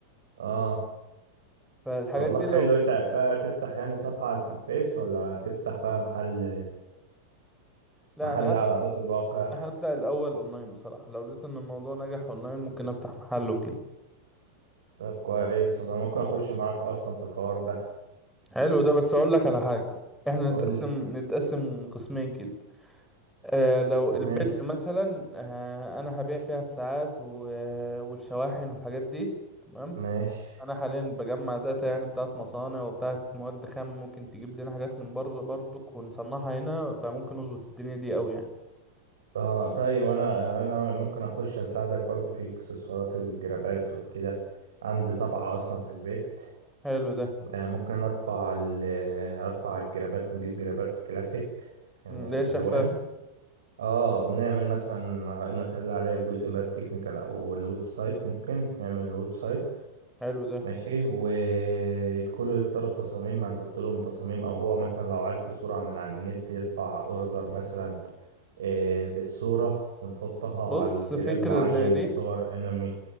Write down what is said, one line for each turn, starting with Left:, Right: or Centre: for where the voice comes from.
Right: اه
Centre: فالحاجات
Right: طب والله
Centre: دي
Right: حلو
Centre: لو
Right: انت بقى تفتح يعني صفحة على الفيس ولا تفتح بقى محل
Centre: لا
Right: محل
Centre: انا هب...
Right: على أرض الواقع
Centre: هبدأ الاول اونلاين بصراحة لو لقيت ان الموضوع نجح اونلاين ممكن افتح محل وكده
Right: طب كويس انا ممكن اخش معاك اصلا في الحوار ده
Centre: حلو ده بس اقول لك على حاجة احنا
Right: قول
Centre: نتقسم
Right: لي
Centre: نتقسم قسمين كده آه لو
Right: ماشي
Centre: البيت مثلا آه انا هبيع فيها الساعات و... آه، والشواحن والحاجات دي تمام
Right: ماشي
Centre: انا حاليا بجمع داتا يعني بتاعت مصانع وبتاعت مواد خام ممكن تجيب لنا حاجات من بره برضك ونصنعها هنا فممكن نظبط الدنيا دي قوي يعني
Right: آه طيب أنا أنا ممكن أخش أساعدك برضو في إكسسوارات الجرابات والكده عندي طبعة أصلا في البيت
Centre: حلو ده
Right: آه، ممكن أطبع ال- أطبع الجرابات نجيب جرابات كلاسيك يعني
Centre: مم، ده شفاف
Right: ألوان اه ونعمل مثلا نخلي عليها الجزء بقى التكنيكال أو الويب سايت ممكن نعمل الويب سايت
Centre: حلو ده
Right: ماشي ويدخلوا يختاروا التصاميم هنحط لهم تصاميم او هو مثلا لو عاجبه صورة من على النت يرفع اوردر مثلا آه، بالصورة ونحطها
Centre: بص
Right: على الجراب
Centre: فكرة
Right: معين
Centre: زي دي
Right: صور انمي